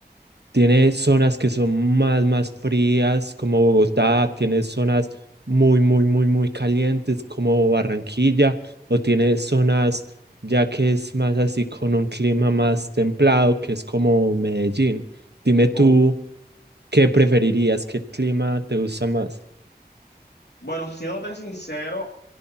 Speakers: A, on the right (about 80°); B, on the left (about 80°).
A: tiene zonas que son más, más frías como Bogotá, tiene zonas muy, muy, muy, muy calientes como Barranquilla o tiene zonas ya que es más así con un clima más templado que es como Medellín. Dime tú,
B: Uf.
A: ¿qué preferirías? ¿Qué clima te gusta más?
B: Bueno, siéndote sincero,